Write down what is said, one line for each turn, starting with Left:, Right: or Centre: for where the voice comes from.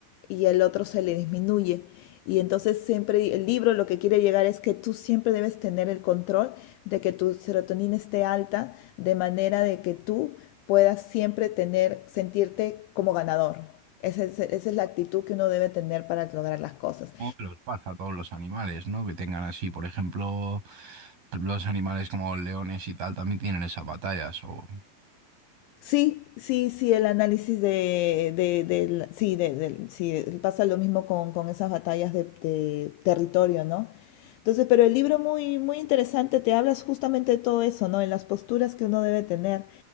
Left: y el otro se le disminuye. Y entonces siempre el libro lo que quiere llegar es que tú siempre debes tener el control de que tu serotonina esté alta, de manera de que tú puedas siempre tener, sentirte como ganador. Esa es, esa es la actitud que uno debe tener para lograr las cosas.
Right: Como que los pasa a todos los animales, ¿no? Que tengan así, por ejemplo, los animales como leones y tal también tienen esas batallas. O...
Left: Sí, sí, sí, el análisis de, de, del- sí, de- del- sí, pasa lo mismo con, con esas batallas de, de territorio, ¿no? Entonces, pero el libro muy, muy interesante, te hablas justamente de todo eso, ¿no? En las posturas que uno debe tener,